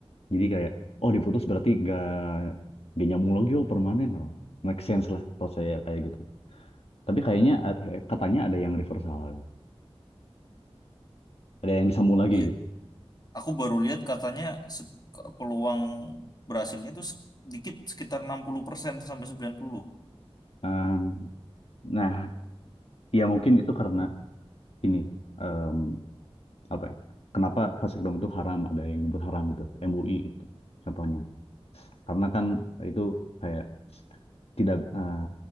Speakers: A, on the left; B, on the left.
A: Jadi kayak, oh diputus
B: Hmm.
A: berarti gak, gak nyambung lagi, oh permanen loh. Make sense lah kalau saya kayak gitu. Tapi kayaknya a- eh, katanya ada yang reversal, ada yang disambung lagi
B: Iya.
A: gitu.
B: Aku baru lihat katanya se- peluang berhasilnya itu sedikit sekitar 60% sampai 90.
A: Em, nah, ya mungkin itu karena ini em, apa ya? Kenapa vasektomi itu haram? Ada yang nyebut haram gitu, MUI itu contohnya. Karena kan itu kayak tidak eh,